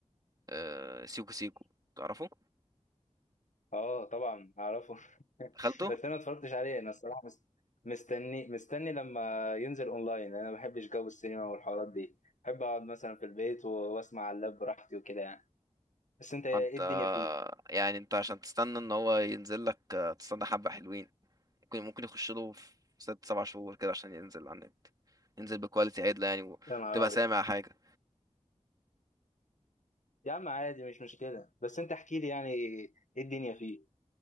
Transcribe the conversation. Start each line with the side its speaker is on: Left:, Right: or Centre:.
Right: آه، سيكو سيكو تعرفه
Left: اه طبعا اعرفه <laughs>
Right: دخلته
Left: بس انا ما اتفرجتش عليه انا الصراحه مست... مستني مستني لما ينزل اونلاين انا ما بحبش جو السينما والحوارات دي بحب اقعد مثلا في البيت و- واسمع على اللاب براحتي وكده يعني بس انت ايه
Right: انت
Left: الدنيا
Right: آه،
Left: فيه
Right: يعني انت عشان تستنى ان هو ينزل لك آه، تستنى حبة حلوين ممكن ممكن يخش له في ست سبع شهور كده عشان ينزل على النت ينزل بكواليتي عدلة يعني وتبقى
Left: يا نهار ابيض
Right: سامع حاجة
Left: يا عم عادي مش مشكله بس انت احكي لي يعني ايه الدنيا فيه